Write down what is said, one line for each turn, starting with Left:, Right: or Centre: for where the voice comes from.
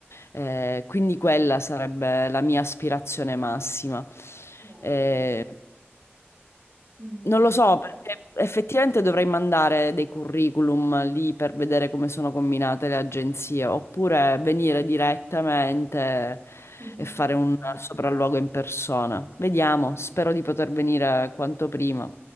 Left: eh, quindi quella sarebbe la mia aspirazione massima.
Right: bello.
Left: Eh,
Right: Mm.
Left: non lo so, perché effettivamente dovrei mandare dei curriculum lì per vedere come sono combinate le agenzie, oppure venire direttamente
Right: Mhm.
Left: e fare un sopralluogo in persona. Vediamo, spero di poter venire quanto prima.